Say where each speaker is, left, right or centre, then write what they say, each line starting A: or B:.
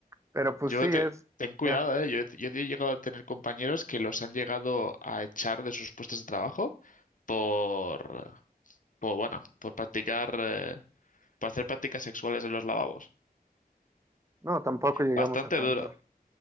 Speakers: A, on the right (about 20°); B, on the left (about 55°).
A: pero pues
B: Yo
A: sí es.
B: te, ten cuidado,
A: eh,
B: ¿eh? Yo, he- yo he llegado a tener compañeros que los han llegado a echar de sus puestos de trabajo por, por bueno, por practicar, eh, por hacer prácticas sexuales en los lavabos.
A: no, tampoco llegamos
B: Bastante
A: a tanto.
B: duro.